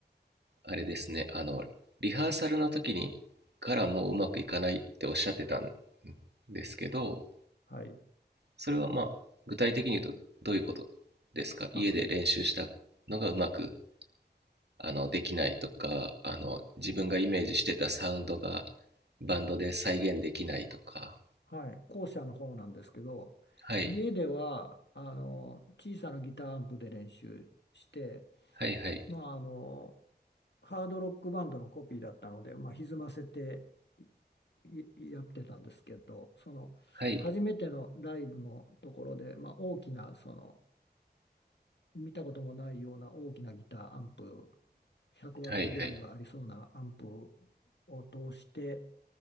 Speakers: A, on the right; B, on the left.
A: あれですねあのリハーサルの時にからもううまくいかないっておっしゃってたんですけど
B: はい、
A: それはまあ具体的に言うとどういうことですか家で練習したのがうまく
B: あ、す
A: あのできないとかあの自分がイメージしてたサウンドがバンドで再現できないとか、
B: はい、校舎の方なんですけど、
A: はい
B: 家ではあの小さなギターアンプで練習して、
A: はいはい
B: まあ、あの、ハードロックバンドのコピーだったので、まあ、歪ませていやってたんですけど、その初めてのライブのところで、
A: はい
B: まあ、大きな、その見たこともないような大きなギターアンプ、100ワットぐらいはありそうなアンプ
A: はいはい
B: を通して、